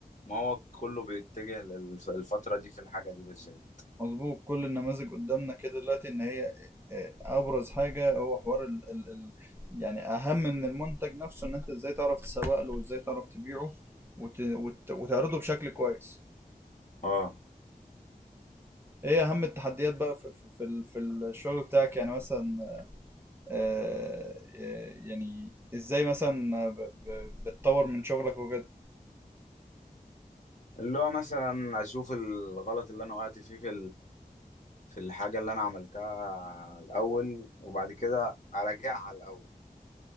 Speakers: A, on the left (about 50°); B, on the right (about 15°).
A: ما هو كله بيتجه للفترة دي في الحاجة دي بالذات
B: مظبوط كل النماذج قدامنا كده دلوقتي ان هي اه، ابرز حاجه هو حوار ال ال ال يعني اهم من المنتج نفسه ان انت ازاي تعرف تسوق له وازاي تعرف تبيعه وت وت وتعرضه بشكل كويس
A: اه
B: ايه اهم التحديات بقى في في في ال- في الشغل بتاعك يعني مثلا آه، آه، يعني ازاي مثلا ب- ب- بتطور من شغلك وكده
A: اللي هو مثلا اشوف الغلط اللي انا وقعت فيه في في الحاجة اللي أنا عملتها الأول وبعد كده أراجعها الأول